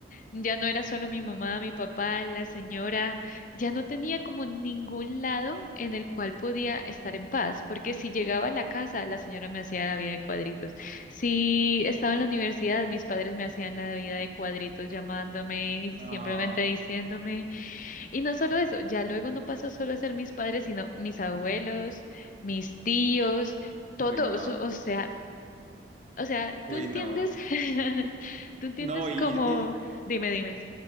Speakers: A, on the left; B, on the right.
A: Ya no era solo mi mamá, mi papá, la señora, ya no tenía como ningún lado en el cual podía estar en paz, porque si llegaba a la casa, la señora me hacía la vida de cuadritos. Si estaba en la universidad, mis padres me hacían la vida de cuadritos llamándome y
B: No,
A: simplemente diciéndome. Y no solo eso, ya luego no pasó solo a ser mis padres, sino mis abuelos, mis tíos, todos,
B: Uy, no,
A: o sea, o sea,
B: uy,
A: ¿tú entiendes?
B: no.
A: <laughs> ¿Tú entiendes
B: No, y,
A: cómo?
B: y-
A: Dime, dime.